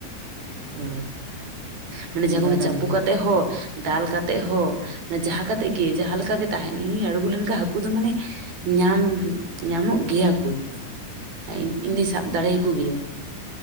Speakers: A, on the right; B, on the right.
A: ᱚ
B: ᱢᱟᱱᱮ
A: ᱚᱱᱠᱟ
B: ᱡᱟᱸᱦᱟ ᱠᱚ
A: ᱠᱟᱱ
B: ᱪᱟᱯᱚ
A: ᱜᱮᱭᱟ
B: ᱠᱟᱛᱮ ᱦᱚᱸᱼᱼ
A: ᱦᱮᱸ
B: ᱫᱟᱞ ᱠᱟᱛᱮᱜ ᱦᱚᱸ ᱡᱟᱦᱟᱸ ᱠᱟ ᱠᱟᱛᱮᱫ ᱜᱮ ᱡᱟᱦᱟᱸ ᱞᱮᱠᱟ ᱜᱮ ᱛᱟᱦᱮᱱ ᱤᱧᱤᱧ ᱟᱬᱜᱚ ᱞᱮᱱ ᱠᱷᱟᱱ ᱦᱟᱹᱠᱩ ᱫᱚ ᱢᱟᱱᱮ ᱧᱟᱢ ᱧᱟᱢᱚᱜ ᱜᱮᱭᱟ ᱠᱚᱼᱼ ᱦᱮᱸ ᱤᱧ ᱫᱚᱧ ᱥᱟᱵ ᱫᱟᱲᱮᱭᱟ ᱠᱚ ᱜᱮᱭᱟ